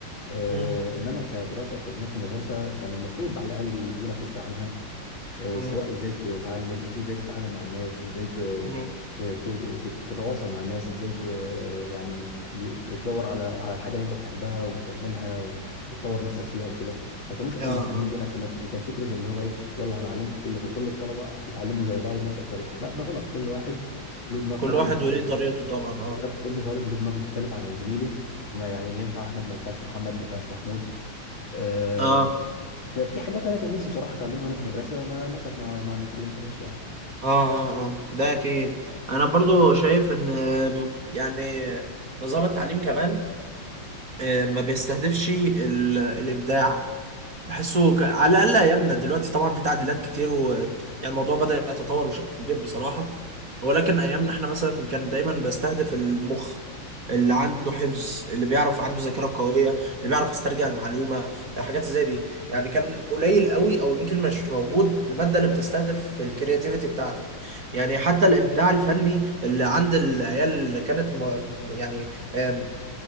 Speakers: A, on the left (about 65°); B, on the right (about 40°).
A: آه،
B: م-
A: انما كدراسه اكاديميه في المدرسه كان المفروض على الاقل يدونا فكره عنها آه،
B: م-
A: سواء ازاي تتعلم ازاي تتعامل مع الناس ازاي ت-
B: م.
A: ت- ت- تتواصل مع الناس ازاي ت... يعني ي- تدور على على الحاجه اللي انت بتحبها وتعملها و- وتطور نفسك فيها وكده ما كانوش قوي
B: اه اه
A: مهتمين بينا في النقطه دي كان فكره ان هو ايه يلا هنعلمكم كلكم كل الطلبه يتعلموا زي بعض بنفس الطريقه لا ده غلط كل واحد له دماغ
B: كل
A: طبعا
B: واحد
A: مختلفه
B: وليه طريقته طبعا اه
A: بالظبط كل طالب له دماغ مختلف عن زميله بما يعني اللي ينفع احمد ما ينفعش محمد ما ينفعش محمود آه،
B: اه
A: ففي حاجات انا كان نفسي بصراحه اتعلمها وانا في المدرسه ما للاسف ما ما ما اتعلمتهاش يعني
B: اه اه اه ده اكيد انا برضو شايف ان آم، يعني نظام التعليم كمان آه، ما بيستهدفش ال- الابداع بحسه ك... على الاقل ايامنا دلوقتي طبعا في تعديلات كتير و يعني الموضوع بدأ يتطور بشكل كبير بصراحة ولكن ايامنا احنا مثلا كان دايما بستهدف المخ اللي عنده حفظ اللي بيعرف عنده ذاكرة قوية اللي بيعرف يسترجع المعلومة الحاجات زي دي يعني كان قليل قوي او يمكن مش موجود المادة اللي بتستهدف الكرياتيفيتي بتاعتك يعني حتى الابداع الفني اللي عند العيال اللي كانت م... يعني آم،